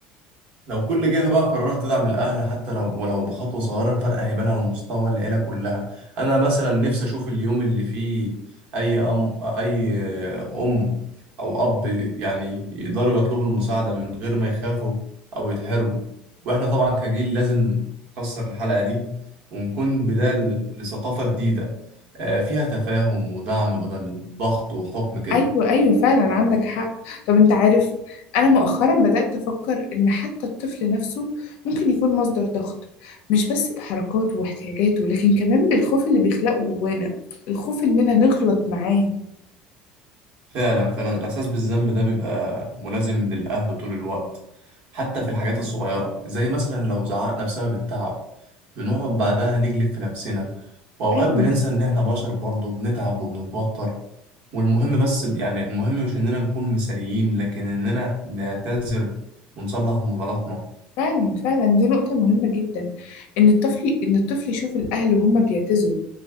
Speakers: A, on the right; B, on the left.
A: لو كل جهة بقى قررت تدعم الأهل حتى لو ولو بخطوة صغيرة الفرق هيبان على مستوى العيلة كلها أنا مثلا نفسي أشوف اليوم اللي فيه أي أم أي أم أو أب يعني يقدروا يطلبوا المساعدة من غير ما يخافوا أو يتحرجوا وإحنا طبعا كجيل لازم نكسر الحلقة دي ونكون بداية لثقافة جديدة آه، فيها تفاهم ودعم بدل ضغط وحكم كده
B: ايوه ايوه فعلا عندك حق طب انت عارف انا مؤخرا بدأت افكر ان حتى الطفل نفسه ممكن يكون مصدر ضغط مش بس بحركاته واحتياجاته لكن كمان بالخوف اللي بيخلقه جوانا الخوف اننا نغلط معاه
A: فعلا فعلا الإحساس بالذنب ده بيبقى ملازم للأهل طول الوقت حتى في الحاجات الصغيرة زي مثلا لو زعقنا بسبب التعب بنقعد بعدها نجلد في نفسنا وأوقات
B: ايوه
A: بننسى إن إحنا بشر برضه بنتعب وبنتوتر والمهم بس يعني المهم مش إننا نكون مثاليين لكن إننا نعتذر ونصلح من غلطنا
B: فعلا فعلا دي نقطة مهمة جدا إن الطفل إن الطفل يشوف الأهل وهم بيعتذروا